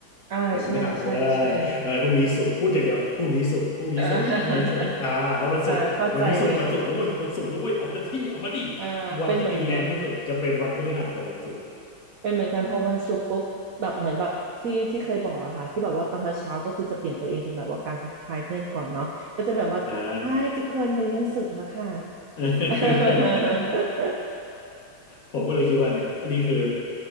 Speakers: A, on the right; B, on the left.
A: อ่าใช่ใช่ใช่
B: เออพฤหัสด้วยเออพรุ่งนี้ศุกร์พูดอย่างเดียวพรุ่งนี้ศุกร์พรุ่งนี้ศุกร์พรุ่งนี้ศุกร์อ่าเพราะวันศุกร์วันนี้ศุกร์วันศุกร์แล้วเว้ยวันศุกร์แล้วเว้ยเอาเต็มที่เอามาดิ
A: เออเออเข้าใจเลยอ่าเป็นเหมือนกัน
B: วันที่มีแรงที่สุดจะเป็นวันพฤหัสกับวันศุกร์
A: เป็นเหมือนกันพอวันศุกร์ปุ๊บแบบเหมือนแบบที่ที่เคยบอกอะค่ะที่แบบว่าตอนเช้าเช้าก็คือจะเปลี่ยนตัวเองเป็นแบบว่าการทักทายเพื่อนก่อนเนาะก็จะแบบว่า
B: อ่า
A: Hi ทุกคนวันนี้วันศุกร์แล้วค่ะ
B: <laughs>
A: <laughs>
B: ผมก็เลยคิดว่าเนี่ยนี่คือ